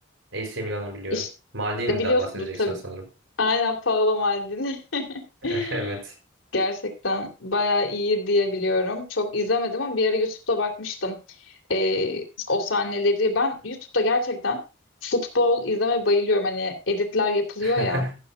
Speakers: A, on the right (about 80°); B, on the left (about 85°).
A: AC Milan'ı biliyorum.
B: İşte
A: Maldini'den
B: biliyorsundur
A: bahsedeceksin
B: tabii.
A: sanırım.
B: Aynen Paolo Maldini. <laughs>
A: <laughs> Evet.
B: Gerçekten bayağı iyi diye biliyorum. Çok izlemedim ama bir ara YouTube'da bakmıştım. Ee, o sahneleri ben YouTube'da gerçekten futbol izleme bayılıyorum. Hani editler yapılıyor
A: <laughs>
B: ya.